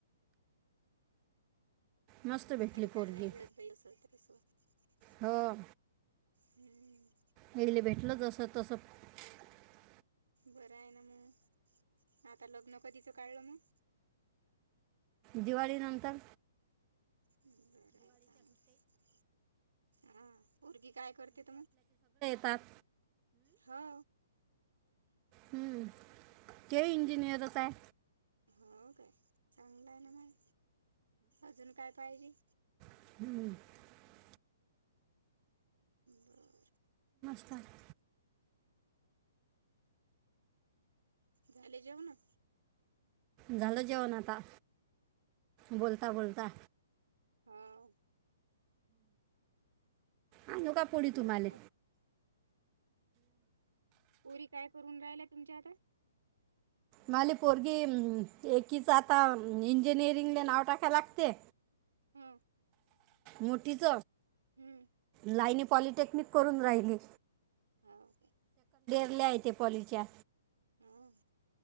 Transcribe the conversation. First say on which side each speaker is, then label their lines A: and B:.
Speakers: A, on the right; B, on the right.
A: मस्त
B: <unintelligible>
A: भेटली पोरगी हो
B: हम्म.
A: यायले भेटलं जसं तसं <unintelligible>
B: बरं आहे ना मग, आता लग्न कधीच काढलं मग?
A: दिवाळी नंतर
B: बरं आहे चांगलाय, हा पोरगी काय करते त मग?
A: सात
B: हा.
A: हम्म ते इंजिनियरच आहे.
B: हो काय चांगलं आहे ना मग, अजून काय पाहिजे
A: <inaudible>
B: बर.
A: चाले
B: झाले जेवनं
A: झालं जेवण आता बोलता बोलता
B: हम्म.
A: आणु काय पोळी तुम्हाले?
B: बोलता पोरी काय करून राहिल्या तुमच्या आता?
A: मली पोरगी एकीच आता इंजिनिअरिंग ला नाव टाकायला लागते.
B: हम्म.
A: मोठीच?
B: हम्म.
A: लाईनी पॉलिटेक्निक करून राहिली
B: हा ओके.
A: ल्या तेे पॉलीच्या
B: हम्म.